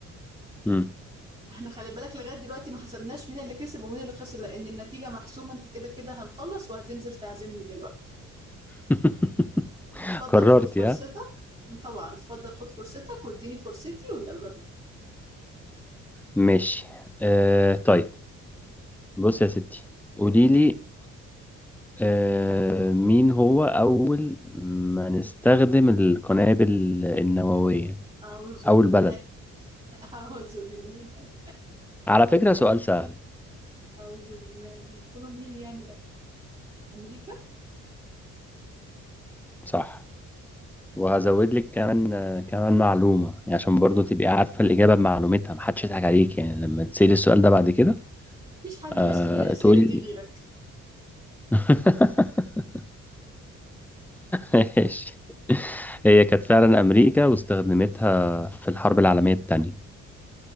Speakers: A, in the centre; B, on the right (about 20°).
A: مم.
B: احنا خلي بالك لغاية دلوقتي ما حسبناش مين اللي كسب ومين اللي خسر لان النتيجة محسومة انت كده كده هنخلص وهتنزل تعزمني دلوقتي
A: <laughs>
B: فتفضل
A: قررت
B: خد فرصتك
A: يا
B: طبعا اتفضل خد فرصتك واديني فرصتي ويلا بينا
A: ماشي آه طيب بص يا ستي قولي لي آه، مين هو أول ما نستخدم القنابل النووية
B: أعوذ
A: أو
B: بالله
A: البلد
B: <laughs> أعوذ بالله
A: على فكرة سؤال سهل
B: أعوذ بالله يكونوا مين يعني في أمريكا
A: صح وهزود لك كمان آه، كمان معلومة يعني عشان برضو تبقي عارفة الإجابة بمعلومتها محدش يضحك عليك يعني لما تسألي السؤال ده بعد كده
B: مفيش حد
A: أه
B: بيسألني الأسئلة
A: تقولي
B: دي غيرك
A: <laughs> ماشي هي كانت فعلا أمريكا واستخدمتها في الحرب العالمية التانية